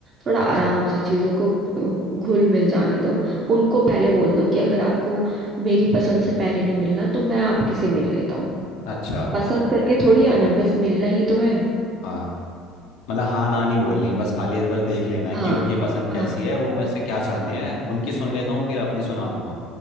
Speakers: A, on the right; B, on the left.
A: थोड़ा
B: अच्छा
A: आराम से चीजों को अ, घुल मिल जाने दो उनको पहले बोल दो कि अगर आपको मेरी पसंद से पहले नहीं मिलना तो मैं आपकी से मिल लेता हूँ
B: अच्छा
A: पसंद करके थोड़ी आना है बस मिलना ही तो है
B: हाँ मतलब हाँ ना नहीं बोलनी बस खाली इस बार देख लेना
A: हाँ
B: कि उनकी पसंद
A: हाँ
B: कैसी है वो मेरे से क्या चाहते
A: हाँ
B: हैं उनकी सुन लेता हूँ फिर अपनी सुना दूंगा